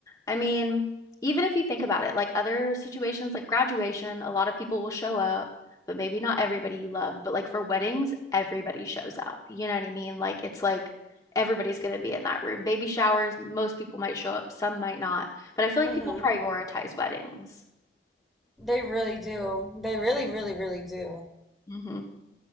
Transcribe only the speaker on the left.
I mean, even if you think about it, like other situations like graduation, a lot of people will show up but maybe not everybody you love. But like for weddings, everybody shows up. You know what I mean? Like it's like everybody's going to be in that room. Baby showers, most people might show up, some might not. But I feel like
people prioritize weddings.
hmm